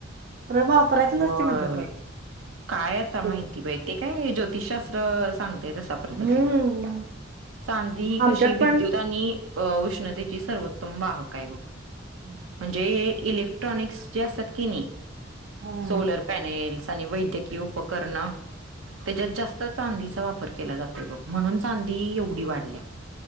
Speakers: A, on the right; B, on the right.
A: खरं वापरायच
B: हो
A: नसते म्हणतात बाई
B: काय आता माहिती
A: देव
B: बाई ते काय ज्योतिषशास्त्र सांगतेय तशा पद्धती
A: हम्म
B: चांदी ही
A: आमच्यात
B: कशी विद्युत
A: पण
B: आणि उष्णतेची सर्वोत्तम वाहक आहे बघ
A: हम्म
B: म्हणजे इलेक्ट्रॉनिकस जे असतात की नाही
A: हम्म
B: सोलर पॅनेल्स वैद्यकीय उपकरण त्याच्यात जास्त चांदीचा वापर केला जातो म्हणून चांदी एवढी वाढल्या